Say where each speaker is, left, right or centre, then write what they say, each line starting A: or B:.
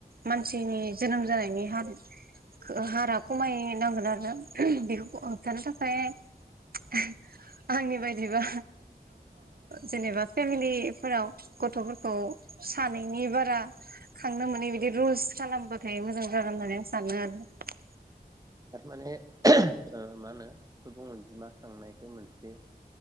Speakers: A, on the right; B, on the right.
A: मानसिनि जोनोम जानायनि हार हारा खमायनांगोन आरो ना <unintelligible> बेखौ होबथानो थाखाय <unintelligible> आंनि बायदिबा जेनेबा फेमिलिफोराव गथ'फोरखौ सानैनि बारा खांनो मोनै बिदि रुलस खालामबाथाय मोजां जागोन होननानै आं सानो आरो ना।
B: थारमाने मा होनो सुबुं अनजिमा खांनायखौ मोनसे